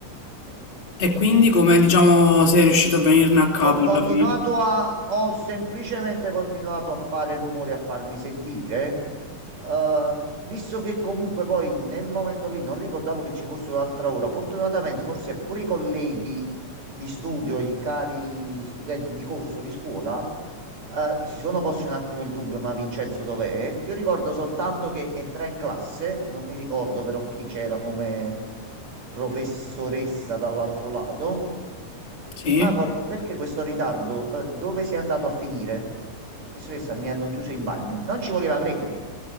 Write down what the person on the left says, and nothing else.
E quindi come, diciamo, sei riuscito a venirne a capo
alla fine?
Sì?